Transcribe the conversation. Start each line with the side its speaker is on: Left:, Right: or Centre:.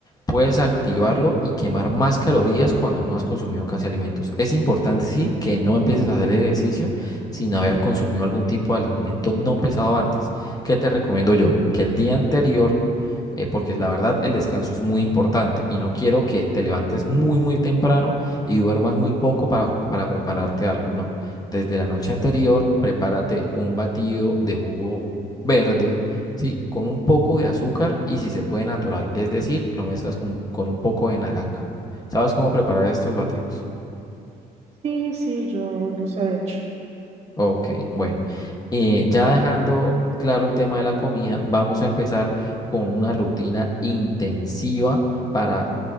Left: Puedes activarlo y quemar más calorías cuando no has consumido casi alimentos. Es importante, sí, que no empieces a hacer ejercicio sin haber consumido algún tipo de alimento no pesado antes. ¿Qué te recomiendo yo? Que el día anterior, eh, porque la verdad el descanso es muy importante y no quiero que te levantes muy, muy temprano y duermas muy poco para, para prepararte algo, no. Desde la noche anterior, prepárate un batido de jugo verde, ¿sí? Con un poco de azúcar y si se puede natural, es decir, lo mezclas con, con un poco de naranja. ¿Sabes cómo preparar estos batidos?
Right: Sí, sí, yo los he hecho.
Left: Ok, bueno, eh, ya dejando claro el tema de la comida, vamos a empezar con una rutina intensiva para,